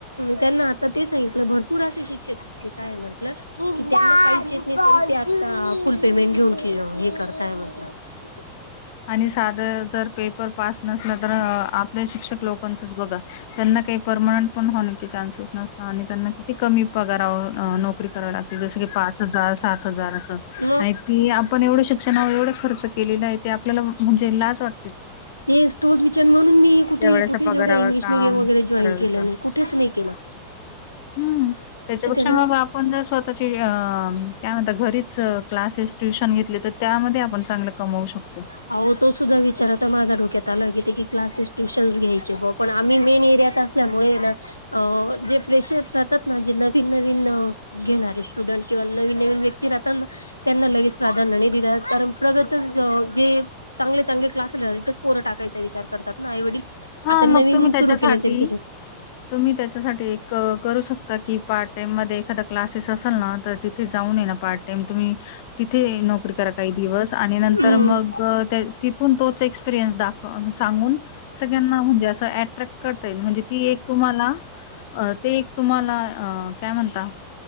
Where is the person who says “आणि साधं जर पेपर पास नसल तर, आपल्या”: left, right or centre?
Left